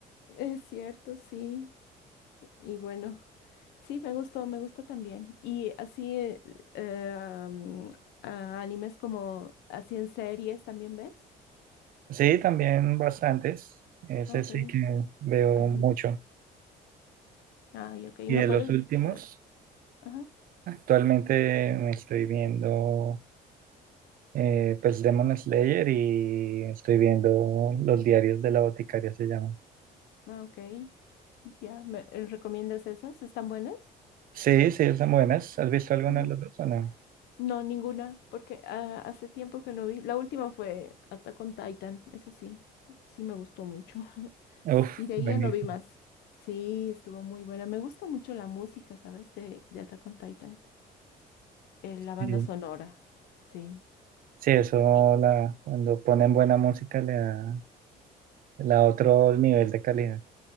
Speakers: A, on the left (about 80°); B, on the right (about 55°).
A: Es cierto, sí. Y bueno, sí, me gustó, me gusta también. Y así, eh, eh, mm, ah, animes como así en series también ves.
B: Sí, también bastantes, ese
A: Ok.
B: sí que veo
A: <clears throat>
B: mucho.
A: Ay, ok.
B: Y
A: ¿Me
B: de
A: puedes?
B: los últimos,
A: eh, ajá.
B: actualmente me estoy viendo eh, pues Demon Slayer y estoy viendo Los Diarios de la Boticaria, se llama.
A: Ah, ok. Ya, ¿me eh, recomiendas esas? ¿Están buenas?
B: Sí, sí, son buenas. ¿Has visto alguna
A: Ujú.
B: de las dos o no?
A: No, ninguna, porque ah, hace tiempo que no vi. La última fue Attack on Titan, esa sí, sí me gustó mucho. <laughs>
B: Uf,
A: Y de ahí
B: buenísimo.
A: ya no vi más. Sí, estuvo muy buena. Me gusta mucho la música, ¿sabes? De, de Attack on Titan. eh, la banda
B: Sí,
A: sonora, sí.
B: Sí, eso
A: Y-
B: la, cuando ponen buena música le da, le da otro nivel de calidad.